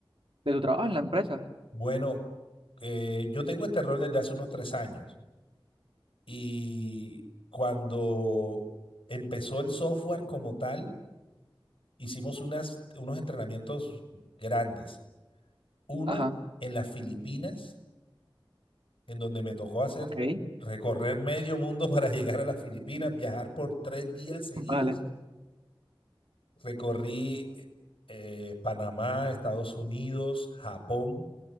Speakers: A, on the right; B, on the left.
A: de tu trabajo en la empresa?
B: Bueno, eh, yo tengo este rol desde hace unos tres años y cuando empezó el software como tal, hicimos unas, unos entrenamientos grandes uno
A: Ajá,
B: en las Filipinas, en donde me tocó hacer
A: ok,
B: recorrer medio mundo <laughs> para llegar a las Filipinas, viajar por tres días seguidos.
A: vale.
B: Recorrí eh, eh, Panamá, Estados Unidos, Japón